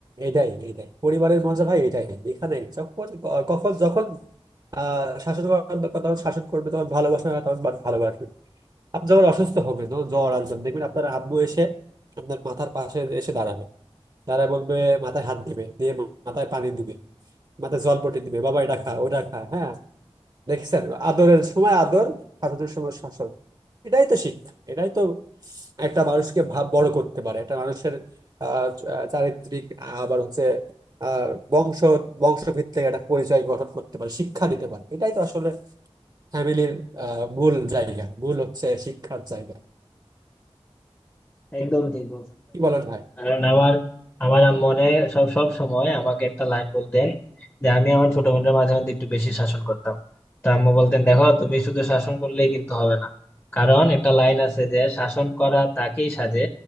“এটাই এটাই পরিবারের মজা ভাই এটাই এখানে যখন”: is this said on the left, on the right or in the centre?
Right